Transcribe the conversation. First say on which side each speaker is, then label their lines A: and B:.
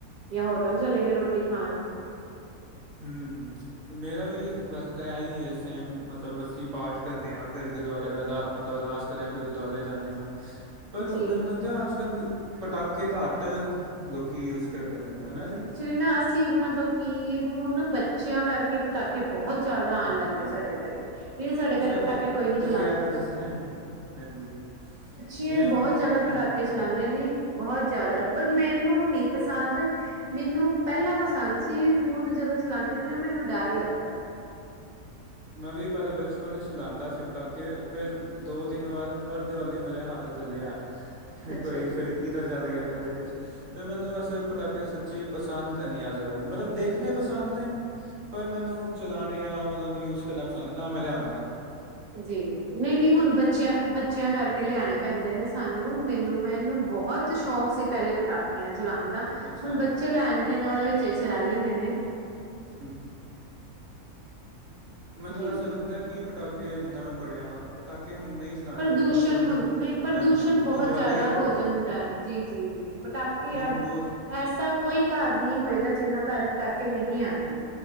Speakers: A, on the right; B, on the right.
A: ਯਾ ਹੋਟਲ ਚਲੇਗੇ ਰੋਟੀ ਖਾਨ
B: ਹੂੰ, ਮੇਰਾ ਵੀ ਵੈਸੇ ਤਾਂ ਆਈ ਏ ਸੇਮ ਮਤਲਬ ਅਸੀ ਪਾਠ ਕਰਦੇ ਆਂ ਫੇਰ ਗੁਰਦੁਆਰੇ ਅਰਦਾ ਮਤਲਬ ਅਰਦਾਸ ਕਰੇਆ ਫੇਰ ਗੁਰਦੁਆਰੇ ਜਾਨੇ ਆਂ ਪਰ
A: ਜੀ।
B: ਮੈਨ ਲੱਗਦਾ ਅੱਜ-ਕੱਲ ਪਟਾਕੇ ਘਾਟ ਲੋਕੀ ਯੂਜ਼ ਕਰਦੇ ਨੇ, ਹਨਾ ਜੀ।
A: ਤੇ ਨਾ ਅਸੀ ਮਤਲਬ ਕਿ ਹੁਨ ਬੱਚੇਆਂ ਕਰਕੇ ਪਟਾਕੇ ਬੋਹਤ ਜੈਦਾ
B: ਹੂੰ
A: ਆਨ ਲੱਗ ਗਏ ਸਾਡੇ ਘਰੇ, ਵੀਰੇ ਸਾਡੇ
B: ਅੱਛਾ
A: ਘਰੇ ਪਟਾਕੇ
B: ਜੀ
A: ਕੋਈ ਨੀ
B: ਤੁਸੀਂ
A: ਚਲਾਂਦਾ
B: ਆ ਤਾਂ ਦੱਸਿਆ
A: ਸੀ।
B: ਹੀ ਨਹੀਂ ਹਾਂਜੀ। ਜਿਵੇਂ
A: ਯੇ ਬੋਤ ਜੈਦਾ
B: ਹੂੰ
A: ਪਟਾਕੇ ਚਲਾਂਦੇ ਨੇ ਬੋਹਤ ਜੈਦਾ ਬਟ ਮੈਨੂੰ ਨੀ ਪਸੰਦ ਮੈਨੂੰ ਪੈਲਾਂ ਪਸੰਦ ਸੀ ਹੁਨ ਜਦੋਂ ਚਲਾਂਦੇ ਨੇ ਮੈਨੂੰ ਡਾਰ ਲੱਗਦਾ।
B: ਮੈਂ ਵੀ ਪੈਲੇ ਬਚ <unintelligible> ਲਾਂਦਾ ਸੀ ਪਟਾਕੇ ਫੇਰ ਦੋ ਤਿੰਨ ਵਾਰ ਹਰ ਦਵਾਲੀ ਮੇਰੇ ਹੱਥ ਜਲੇਆ
A: ਅੱਛਾ
B: ਕੋਈ
A: ਜੀ।
B: ਫਿਰਕੀ ਤਾ ਚੱਲ ਗੇਆ। ਕਦੇ ਕੋਛ ਤੇ ਮੈਨੂੰ ਵੈਸੇ ਪਟਾਕੇ ਸੱਚੀ ਪਸੰਦ ਤੇ ਨੀ ਏ ਜਰਾ ਵੀ ਮਲਬ ਦੇਖਨੇ ਪਸੰਦ ਨੇ। ਪਰ ਮੈਨੂੰ ਚਲਾਨੇ ਆ ਓਨਾਂ ਨੂੰ ਯੂਜ ਕਰਨਾ ਪਸੰਦ ਨੀ ਨਾ ਮੈਂ ਲਿਆਨਾ
A: ਜੀ ਨਈ, ਨਈ ਹੁਨ ਬੱਚੇਆ, ਬੱਚੇਆ
B: ਹੂੰ
A: ਕਰਕੇ ਲਿਆਣੇ ਪੈਂਦੇ ਨੇ ਸਾਨੂੰ ਮੈਨੂੰ ਮੈਨੂੰ ਬਹੁਤ ਸ਼ੌਂਕ ਸੀ ਪਹਿਲੇ ਪਟਾਖੇ ਆ ਜਲਾਂਦਾ
B: ਅੱਛਾ
A: ਹੁਣ
B: ਜੀ।
A: ਬੱਚੇ ਲੈ ਆਂਦੇ ਨੇ ਉਹਦੇ ਵਿੱਚ ਚਲਾਲੀ ਦੇ ਨੇ-
B: ਹੂੰ। ਮੈਨੂੰ
A: ਜੀ
B: ਵੈਸੇ ਲੱਗਦਾ ਕਿ ਪਟਾਕੇ ਜਿੰਨਾ ਵੀ ਬਣਿਆ ਪਟਾਕੇ ਹੁਣ ਨਹੀਂ ਚਲਾਉਣੇ
A: ਪ੍ਰਦੂਸ਼ਣ
B: ਚਾਹੀਦੇ ਮਤਲਬ
A: ਹੁਣ ਪ੍ਰਦੂਸ਼ਣ
B: ਹਾਂਜੀ
A: ਬਹੁਤ
B: ਉਹ ਜ਼ਿਆਦਾ
A: ਜਿਆਦਾ
B: ਹੀ
A: ਹੋ
B: ਗਿਆ ਹੁਣ
A: ਜਾਂਦਾ ਜੀ ਜੀ ਜੀ ਪਟਾਕੇ
B: ਹੁਣ
A: ਅੱਜ
B: ਬਹੁਤ
A: ਐਸਾ ਕੋਈ ਘਰ ਨਹੀਂ ਹੋਏਗਾ ਜਿੰਨਾ ਘਰ ਪਟਾਕੇ ਨਹੀਂ ਆਦੇ।